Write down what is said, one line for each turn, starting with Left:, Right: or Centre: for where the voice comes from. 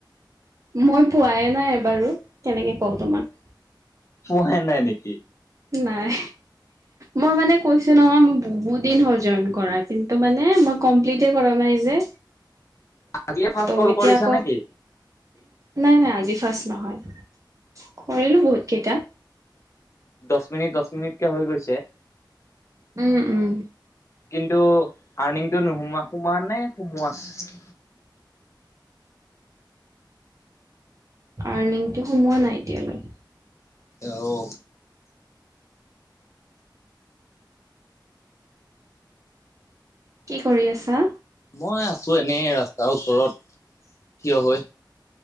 Right: মই পোৱানাই এবাৰু কেনেকে কওঁ তোমাক।
Left: পোৱাই নাই নেকি?
Right: নাই। মই মান কৈছো নহয় মোৰ বহুত দিন হল জইন কৰা কিন্তু মানে মই কপ্লিতে কৰা নাই যে।
Left: আজিয়ে ফাৰ্ষ্ট
Right: ত
Left: কল
Right: এতিয়া
Left: কৰিছা
Right: আক,
Left: নেকি?
Right: নাই নাই আজি ফাৰ্ষ্ট নহয়। কৰিলো বহুত কেইটা।
Left: দছ মিনিট দচ মিনিটকে হৈ গৈছে।
Right: উম উম।
Left: কিন্তু আৰ্নিংতটো নোসোমোৱা সোমোৱা নে সোমোৱাত।
Right: আৰ্নিংটো সোমোৱা নাই এতিয়ালৈ।
Left: অহ।
Right: কি কৰি আছা?
Left: মই আছো এনেই ৰাস্তাৰ ওচৰত থিয় হৈ।